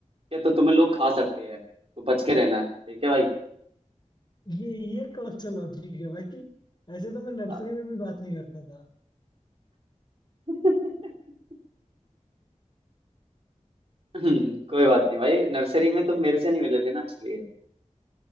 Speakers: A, on the right; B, on the left.
A: या तो तुम्हें लोग खा सकते हैं तो बच के रहना ठीक है भाई
B: ये ये कौन सा लॉजिक है भाई ऐसे तो मैं नर्सरी
A: आ-
B: में भी बात नहीं करता था
A: <laughs> कोई बात नहीं भाई नर्सरी में तुम मेरे से नहीं मिले थे ना इसलिए